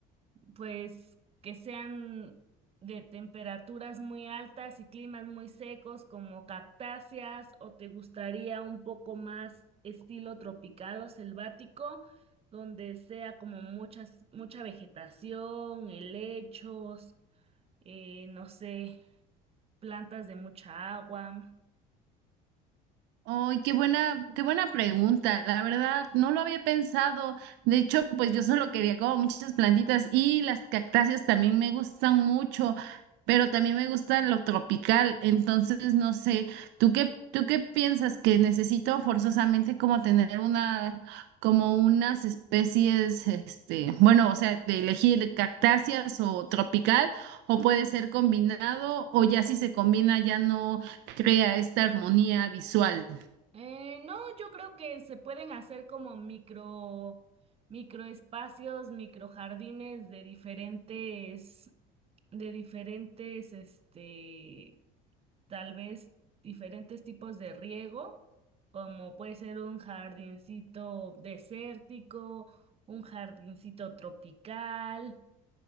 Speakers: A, on the right; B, on the right.
A: pues, que sean de temperaturas muy altas y climas muy secos como cactáceas, o te gustaría un poco más estilo tropical o selvático, donde sea como muchas, mucha vegetación, helechos, eh, no sé, plantas de mucha agua.
B: Ay, qué buena, qué buena pregunta. La verdad, no lo había pensado. De hecho, pues yo solo quería como muchas plantitas y las cactáceas también me gustan mucho, pero también me gusta lo tropical. Entonces, no sé, ¿tú qué, tú qué piensas que necesito forzosamente como tener una, como unas especies, este, bueno, o sea, de elegir cactáceas o tropical, o puede ser combinado, o ya si se combina ya no crea esta armonía visual?
A: Eh, no, yo creo que se pueden hacer como micro, microespacios, microjardines de diferentes, de diferentes, este, tal vez diferentes tipos de riego, como puede ser un jardincito desértico, un jardincito tropical,